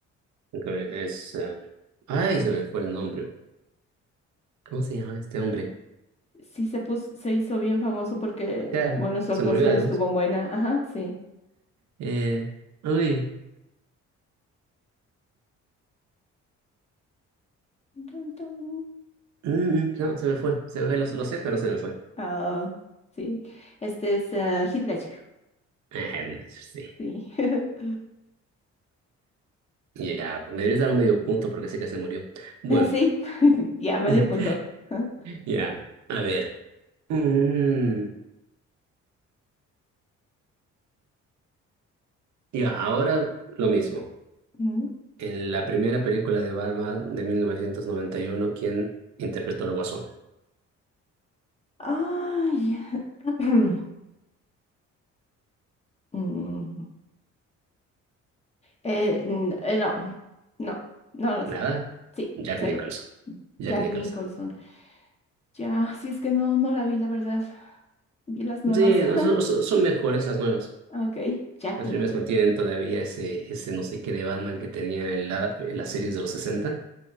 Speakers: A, on the right; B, on the left.
A: Aunque Es. eh, Ay, se me fue el nombre. ¿Cómo se llama este hombre?
B: Sí se pus- se hizo bien famoso porque,
A: Claro,
B: bueno, su
A: se
B: actuación
A: murió además.
B: estuvo buena. Ajá, sí.
A: Eh, uy,
B: Dun, dun.
A: mm, mm, no, se me fue. Se me fue, lo, lo sé, pero se me fue.
B: Ah, sí. Este es eh, Heath Ledger.
A: Eh, sí.
B: Sí. <laughs>
A: Ya, pues me debes dar un medio punto porque sé que se murió. Bueno,
B: Sí, <laughs> ya medio
A: <laughs>
B: punto. Ajá.
A: ya, a ver. Mm, ya, ahora lo mismo.
B: Mm.
A: En la primera película de Batman de 1991, ¿quién interpretó al Guasón?
B: Ay. <clears throat> Mm. Eh, n- eh, no, no, no lo sé.
A: Nada,
B: Sí,
A: Jack
B: cero.
A: Nicholson. Jack
B: Jack
A: Nicholson.
B: Nicholson. Ya, si es que no, no la vi, la verdad. Vi las nuevas.
A: Sí, no,
B: <laughs>
A: so- so- son, mejores las nuevas.
B: Ok, Jack
A: Las
B: Nicholson.
A: primeras mantienen todavía ese, ese no sé qué de Batman que tenía en, la- en las series de los 60.